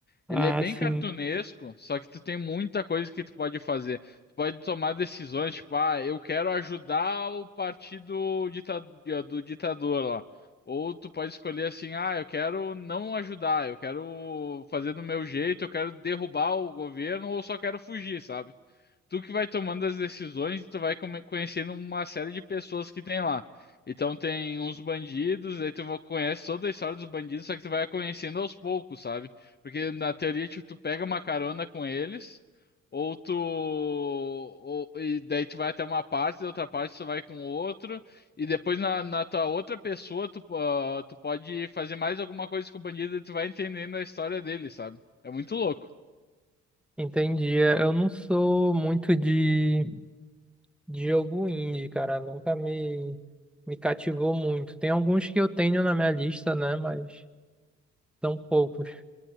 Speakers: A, in the centre; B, on the left.
A: Ah,
B: Ele é bem
A: sim.
B: cartunesco, só que tu tem muita coisa que tu pode fazer. Tu pode tomar decisões, tipo, ah, eu quero ajudar o partido dita- do ditador lá. Ou tu pode escolher assim, ah, eu quero não ajudar, eu quero fazer do meu jeito, eu quero derrubar o governo, ou só quero fugir, sabe? tu que vai tomando as decisões, tu vai come- conhecendo uma série de pessoas que tem lá. Então tem uns bandidos, aí tu va- conhece toda a história dos bandidos, só que tu vai conhecendo aos poucos, sabe? Porque na teoria, tipo, tu pega uma carona com eles, ou tu. Ou, e daí tu vai até uma parte, da outra parte tu vai com outro, e depois na, na tua outra pessoa tu, ah, tu pode fazer mais alguma coisa com o bandido e tu vai entendendo a história dele, sabe? É muito louco.
A: Entendi. É, Eu não sou muito de, de jogo indie, cara. Nunca me, me cativou muito. Tem alguns que eu tenho na minha lista, né? Mas são poucos.